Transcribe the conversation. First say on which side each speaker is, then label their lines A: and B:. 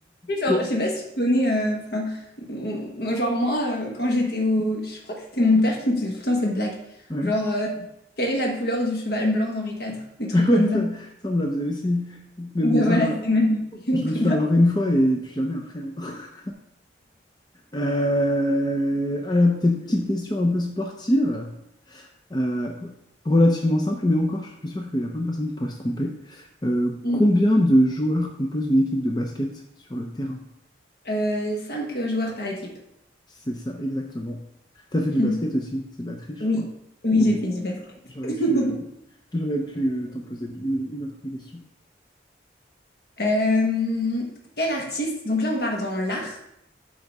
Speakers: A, on the left; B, on the left.
A: Genre,
B: com-
A: je sais pas si tu connais. euh, Enfin, m- moi, genre moi, euh, quand j'étais au, je crois que c'était mon père qui me faisait tout le temps cette blague.
B: Ouais,
A: Genre, euh, quelle est la couleur du cheval blanc d'Henri quatre? Des trucs
B: <laughs> Ouais,
A: comme
B: ça,
A: ça.
B: ça, on me la faisait aussi. Mais
A: Ben
B: bon, ça
A: voilà,
B: va.
A: c'est même <laughs> le
B: Je
A: combat.
B: me suis fait avoir une fois et plus jamais après. hein. <laughs> Euh, alors, peut-être petite question un peu sportive. Euh, relativement simple, mais encore, je suis sûr qu'il y a plein de personnes qui pourraient se tromper. Euh,
A: Mm.
B: combien de joueurs composent une équipe de basket sur le terrain?
A: Euh, cinq euh, joueurs par équipe.
B: C'est ça, exactement. T'as fait du
A: Mm.
B: basket aussi, c'est de la triche,
A: Oui,
B: je crois.
A: oui,
B: Bon,
A: j'ai fait du basket.
B: j'aurais
A: <laughs>
B: pu, euh, j'aurais pu euh, t'en poser une, une autre question.
A: Euh, quel artiste, donc là on part dans l'art,